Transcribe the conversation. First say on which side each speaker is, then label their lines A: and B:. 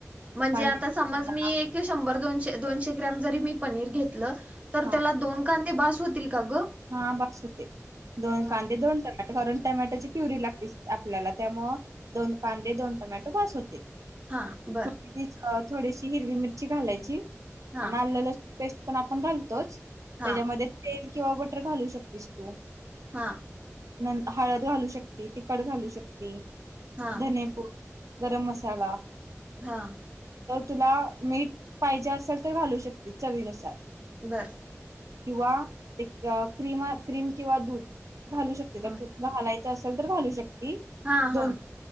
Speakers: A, on the right (about 25°); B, on the right (about 80°).
A: म्हणजे
B: कांदे
A: आता
B: कांदा
A: समज मी एक शंभर दोनशे, दोनशे ग्रॅम जरी पनीर घेतलं. तर
B: हा
A: त्याला दोन का ते बास होतील. का ग
B: हा बास होतील. दोन
A: हा
B: कांदे <unintelligible> कारण टमॅटोची प्युरी लागते आपल्याला त्यामुळ दोन कांदे, दोन टमॅटो बास होतील.
A: हा,
B: <inaudible>
A: बर
B: थोडीशी हिरवी मिरची घालायची.
A: हा
B: आणि आल, लसु पेस्ट पण आपण घालतोच.
A: हा
B: त्याच्यामध्ये तेल किंवा ब टर घालू शकतेस तू
A: हा.
B: न हळद घालू शकती, तिखट घालू शकती.
A: हा
B: धनेपुड गरम मसााला.
A: हा.
B: तुला मीठ पाहिजे असेल तर घालू शकती चवीनुसार.
A: बरं
B: किंवा एक क्रीमा क्रीम किंवा दूध घालू शकते
A: हा
B: तर घाला असेल तर घालू शक ती
A: हा
B: दोन
A: हा